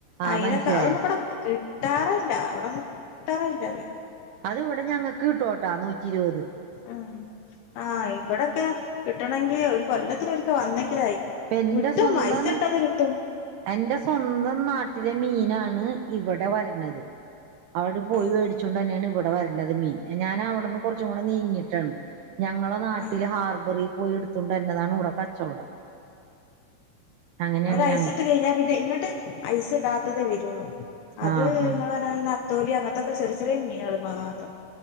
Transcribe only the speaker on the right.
ആഹ്
മനസ്സിലായ
അത് ഇവിടെ ഞങ്ങക്ക് കിട്ടൂം കേട്ടോ നൂറ്റി ഇരുപത്
എൻ്റെ
സ്വന്തം
എൻ്റെ സ്വന്തം നാട്ടി ട്ടിലെ മീനാണ് ഇവിടെ വര്ണത് അവ്ടെ പോയി
വേടിച്ചൊണ്ട് ന്നേണ് വട് അവ്ടെ വര്ണത് മീൻ ഞാൻ അവിടുന്ന് കൊർച്ചും കൂടെ നീങ്ങിയിട്ടാണ് ഞങ്ങളെ ന്നാട്ടില്
ഹാർബറിം പോയി എടുത്തുണ്ട് വര്ണതാണ് ഇവ്ടെ കച്ചവടം അങ്ങനെയാണ്
ഞങ്ങ
ആഹ് ആഹ്